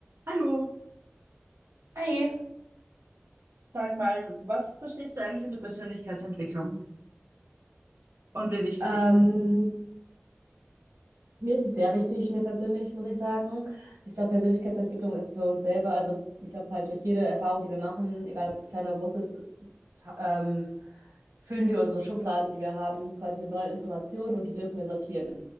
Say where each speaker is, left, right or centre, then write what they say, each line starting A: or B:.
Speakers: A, on the right; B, on the right.
A: Hallo,
B: Hi,
A: sag mal, was verstehst du eigentlich unter Persönlichkeitsentwicklung und wie wichtig?
B: ähm, mir ist es sehr wichtig, mir persönlich, muss ich sagen. Ich glaube, Persönlichkeitsentwicklung ist für uns selber, also ich glaube halt durch jede Erfahrung, die wir machen, egal ob es klein oder groß ist, ta- ähm, füllen wir unsere Schubladen, die wir haben, quasi mit neuen Informationen und die dürfen wir sortieren.